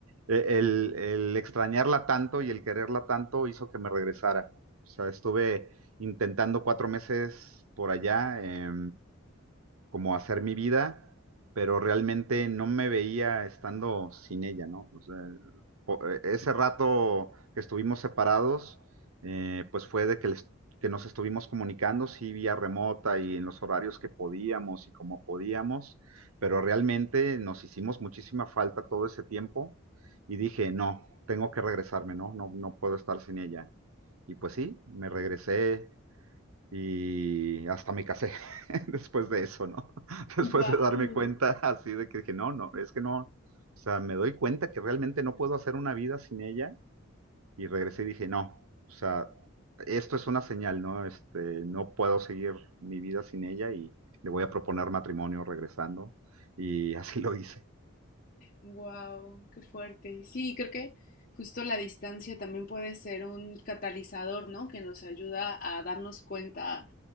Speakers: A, on the right; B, on the left.
A: e, el, el extrañarla tanto y el quererla tanto hizo que me regresara. O sea, estuve intentando cuatro meses por allá. eh, como hacer mi vida, pero realmente no me veía estando sin ella, ¿no? O sea, po- eh, ese rato que estuvimos separados, eh, pues fue de que, les- que nos estuvimos comunicando, sí, vía remota y en los horarios que podíamos y como podíamos, pero realmente nos hicimos muchísima falta todo ese tiempo y dije, no, tengo que regresarme, ¿no? No, no puedo estar sin ella. Y pues sí, me regresé y hasta me casé <laughs> después de eso, ¿no? <laughs> Después
B: Wow,
A: de darme cuenta así de que dije, no, no, es que no. O sea, me doy cuenta que realmente no puedo hacer una vida sin ella. Y regresé y dije, no, o sea, esto es una señal, ¿no? Este, no puedo seguir mi vida sin ella y le voy a proponer matrimonio regresando. Y así lo hice.
B: Wow, qué fuerte. Sí, creo que justo la distancia también puede ser un catalizador, ¿no? Que nos ayuda a darnos cuenta